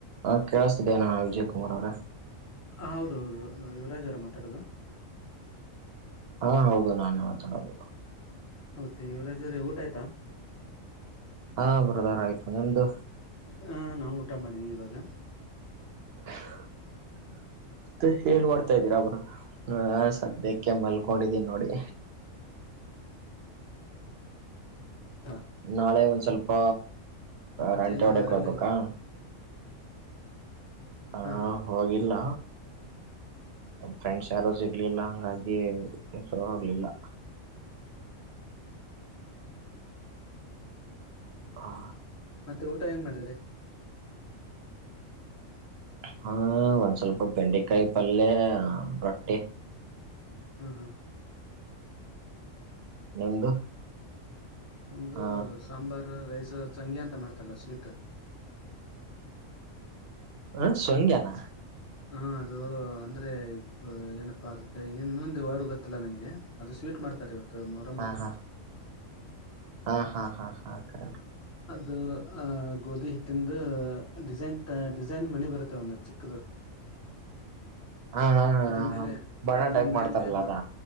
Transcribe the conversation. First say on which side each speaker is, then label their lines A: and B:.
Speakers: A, on the right; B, on the left.
A: ಹಾ ಕೇಳಿಸತಿದಯನಾ ವಿಜಯ್ ಕುಮಾರ್ ಅವ್ರೆ.
B: ಹೌದು ಹೌದು ಯುವರಾಜ್ ಅವರ ಮಾತಾಡೋದು
A: ಹಾ ಹೌದು ನಾನೇ ಮಾತಾಡೋದು
B: ಓಕೆ ಇವರಾಜೋ್ರೇ ಊಟ ಆಯ್ತಾ
A: ಹಾ ಬುರದಾರ ಆಯ್ತು ನಿಮ್ದು.
B: ಹ ನಾವು ಊಟ ಮಾಡಿದೀವಿ ಇವಾಗ.
A: <inaudible> ಮತ್ತೆ ಹೇಳ್ ಮಾಡ್ತಾ ಇದ್ದೀರಾ ಬರ ಹ ಸದ್ಯಕ್ಕೆ ಮಲ್ಕೊಂಡಿದೀನಿ ನೋಡಿ.
B: ಹ
A: ನಾಳೆ ಒಂದ್ ಸ್ವಲ್ಪ
B: ಮತ್ತೆ
A: ರಂಟೆ
B: ಎಲ್ಲ
A: ಹೊಡೆಕ್
B: ಹೊರಗಡೆಲಿಲ್ವಾ
A: ಹೋಗ್ಬೇಕಾ. ಹ
B: ಹಾ ಹಾ
A: ಹೋಗಿಲ್ಲ ಫ್ರೆಂಡ್ಸ್. ಯಾರು ಸಿಗ್ಲಿಲ್ಲ ಹಂಗಾಗಿ ಇರ ಹೋಗ್ಲಿಲ್ಲ. ಹಾ.
B: ಮತ್ತೆ ಊಟ ಏನ್ ಮಾಡಿದ್ರಿ.
A: ಹ್ಮ ಒಂದ್ ಸ್ವಲ್ಪ ಬೆಂಡೆಕಾಯಿ ಪಲ್ಯ ರೊಟ್ಟಿ
B: ಹ್ಮ ಹಾ
A: ನಿಮ್ದು
B: ನಮ್ದು
A: ಹ
B: ಸಾಂಬಾರು ರೈಸ್ ಸಂಂಗಿ ಅಂತ ಮಾಡ್ತಲ್ಲ ಸ್ವೀಟ್
A: ಹ ಸ್ಂಗ್ಯಾ <inaudible>
B: ಹಾ ಅದು ಅಂದ್ರೆ ಏನಪ್ಪಾ ಅದಕ್ಕೆ ಇನ್ನುೊಂದ ವಾರ್ಡ್ ಗೊತ್ತಿಲ್ಲ ನಂಗೆ ಅದು ಸ್ ಟ್ ಮಾಡ್ತಾರೆ ಇವತ್ತು ಮೊರಮಲ್ಲ
A: ಹಾ ಹಾ ಹಾ ಹಾ ಹಾ ಹಾ ಕ
B: ಅದು ಆಹ ಗೋಧಿ ಹಿಟ್ಟಂದು ಡಿಸೈನ್ ಡಿಸೈನ್ ಮಣಿ ಬರುತ್ತೆ ಒಂದು ಚಿಕ್ಕದು
A: ಹಾ ಹಾ ಹಾ
B: ಅದ ಮೇಲೆ
A: ಹ ಬಣ
B: ಅದನ್
A: ಟೈಪ್
B: ಮೇಲೆ
A: ಮಾಡ್ತಾರಲ್ಲ
B: ಅದನ್ನ
A: ಅದಾ